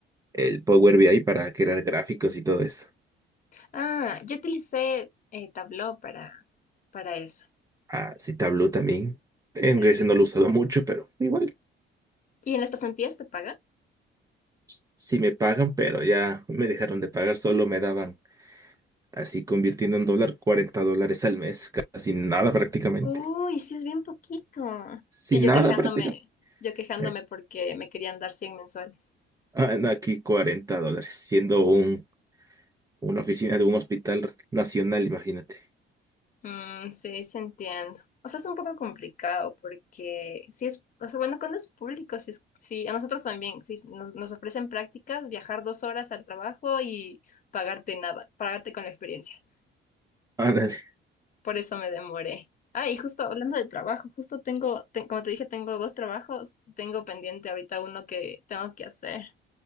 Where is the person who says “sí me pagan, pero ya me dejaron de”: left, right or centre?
Right